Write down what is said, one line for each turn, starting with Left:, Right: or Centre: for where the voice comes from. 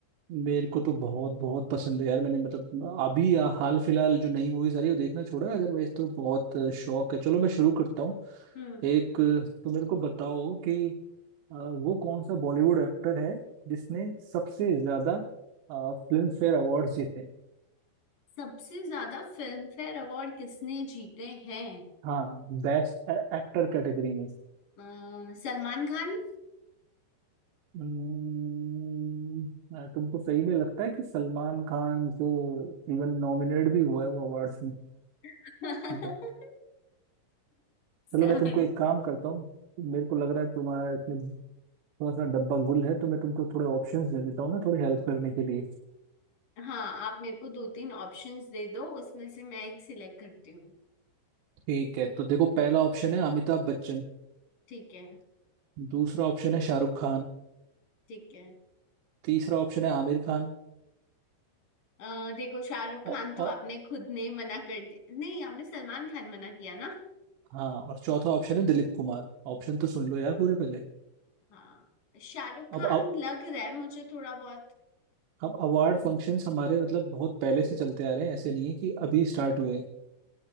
Right: मेरे को तो बहुत बहुत पसंद है यार मैंने मतलब अभी आ, हाल फिलहाल जो नई मूवीज आ रही है वो देखना छोड़ा है अदरवाइज तो बहुत आ, शौक है चलो मैं शुरू करता हूँ
Left: हम्म
Right: एक आ, तो मेरे को बताओ कि आ, वो कौन सा बॉलीवुड एक्टर है जिसने सबसे ज्यादा फिल्म फेयर अवार्ड जीते हैं?
Left: सबसे ज्यादा फिल्म फेयर अवार्ड किसने जीते हैं
Right: हाँ बेस्ट एक्टर कैटेगरी में
Left: अ, सलमान खान
Right: हम्म, आ, तुमको सही में लगता है कि सलमान खान को इवन नॉमिनेट भी हुआ है वो अवार्ड्स में
Left: <laughs>
Right: मतलब चलो
Left: सर
Right: मैं तुमको एक काम करता हूँ मेरे को लग रहा है तुम्हारा इसमें थोड़ा सा डब्बा गुल है तो मैं तुमको थोड़े ऑप्शंस दे देता हूँ ना थोड़ी हेल्प करने के लिए
Left: हाँ आप मेरे को दो तीन ऑप्शंस दे दो उसमें से मैं एक सिलेक्ट करती हूँ
Right: ठीक है तो देखो पहला ऑप्शन है अमिताभ बच्चन
Left: ठीक है
Right: दूसरा ऑप्शन है शाहरुख खान
Left: ठीक है
Right: तीसरा ऑप्शन है आमिर खान
Left: अ, देखो शाहरुख
Right: औ,
Left: खान तो
Right: और
Left: आपने खुद ने मना कर दिया नहीं आपने सलमान खान मना किया
Right: हाँ और चौथा ऑप्शन है दिलीप कुमार ऑप्शन तो सुन लो यार पूरे पहले
Left: हाँ शाहरुख खान
Right: अब अब
Left: लग रहा है मुझे थोड़ा बहुत
Right: अवार्ड फंक्शंस हमारे मतलब बहुत पहले से चलते आ रहे हैं ऐसे नहीं है कि अभी स्टार्ट हुए हैं